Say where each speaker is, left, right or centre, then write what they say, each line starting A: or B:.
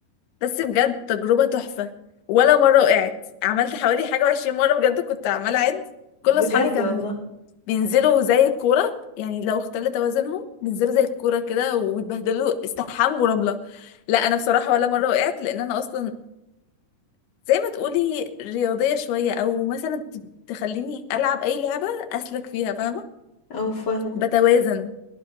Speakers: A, on the left (about 70°); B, on the left (about 30°).
A: بس بجد تجربة تحفة ولا مرة وقعت عملت حوالي حاجة وعشرين مرة بجد كنت عمالة أعد
B: بجد
A: كل أصحابي كان
B: والله
A: بينزلوا زي الكورة يعني لو اختل توازنهم بينزلوا زي الكورة كده ويتبهدلوا استحمام ورملة لا أنا بصراحة ولا مرة وقعت لأن أنا أصلا زي ما تقولي رياضية شوية أو مثلا ت- تخليني ألعب أي لعبة أسلك فيها فاهمة
B: او فاهمة
A: بتوازن